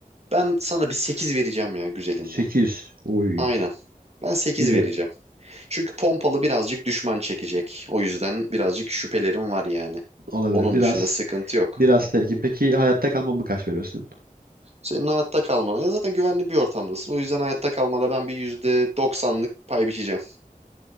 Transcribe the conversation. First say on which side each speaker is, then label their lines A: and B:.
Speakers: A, on the right (about 45°); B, on the right (about 80°).
A: Ben sana bir 8 vereceğim ya güzelinden.
B: 8, Oy.
A: Aynen. Ben sekiz
B: Güzel.
A: vereceğim. Çünkü pompalı birazcık düşman çekecek. O yüzden birazcık şüphelerim var yani.
B: Olabilir.
A: Onun
B: Biraz
A: dışında sıkıntı yok.
B: biraz terkim. Peki hayatta kalmamı kaç verirsin?
A: Senin hayatta kalmana ya zaten güvenli bir ortamdasın. O yüzden hayatta kalmana ben bir yüzde doksanlık pay biçeceğim.